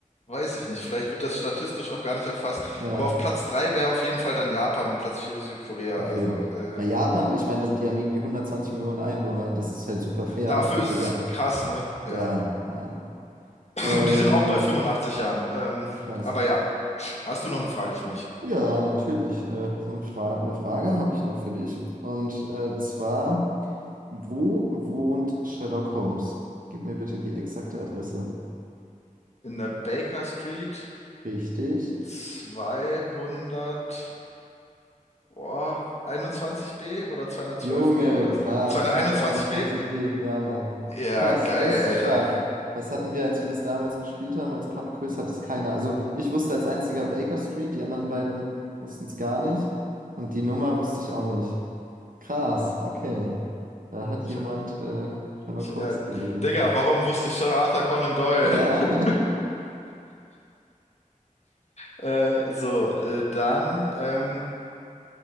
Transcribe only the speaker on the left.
Weiß ich nicht. Vielleicht wird das statistisch auch gar nicht erfasst.
Aber auf Platz 3 wäre auf jeden Fall dann Japan und Platz 4 Südkorea.
Also, äh,
Dafür ist
es krass, ne? Ja.
Und die sind auch bei 85 Jahren. Ähm,
aber ja, hast du noch eine Frage für mich?
In der Baker Street
200, oh, 21b oder 212b
oder
so? 221b?
Ja,
geil,
Alter.
Ich
hab,
ich,
ja,
Digga, warum wusste ich Sir Arthur Conan Doyle?
<laughs>
Äh, so, äh, dann, ähm,